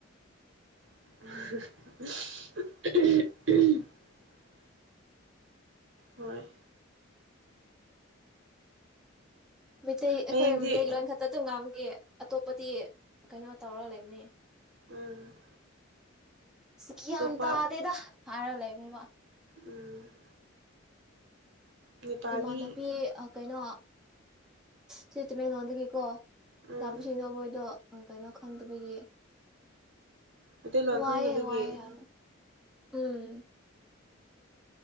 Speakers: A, on the right; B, in the centre.
A: ꯑꯍꯥ ꯍꯥ ꯍꯥ ꯍ ꯎ ꯍꯣꯏ
B: ꯃꯩ ꯑꯩꯈꯣꯏ
A: ꯍꯌꯦꯡꯗꯤ
B: ꯃꯤꯇꯩꯂꯣꯟꯣꯟ ꯈꯛꯇ ꯑꯗꯨꯝ ꯑꯇꯣꯞꯄꯗꯤ ꯀꯩꯅꯣ ꯇꯧꯔ ꯂꯩꯕꯅꯤ
A: ꯎꯝ
B: ꯁꯤꯀꯤꯌꯥꯇ
A: ꯑꯇꯣꯞꯄ
B: ꯑꯗꯦꯗ ꯍꯥꯏꯥꯔ ꯂꯩꯕ
A: ꯎꯝ ꯅꯦꯄꯥꯂꯤ
B: ꯏꯃꯥꯟꯅꯕꯤ ꯀꯩꯅꯣ ꯁꯤ ꯇꯃꯦꯡꯂꯣꯡꯗꯒꯤꯀꯣ
A: ꯎꯝ
B: ꯂꯄꯁꯤꯅꯣ ꯃꯣꯏꯗꯣ ꯀꯩꯅꯣ ꯈꯪꯗꯕꯒꯤ
A: ꯃꯩꯇꯩꯂꯣꯟ
B: ꯋꯥꯑꯌꯦꯦ
A: ꯈꯪꯗꯕꯒꯤ
B: ꯋꯥꯑꯌꯦꯦ ꯎꯝ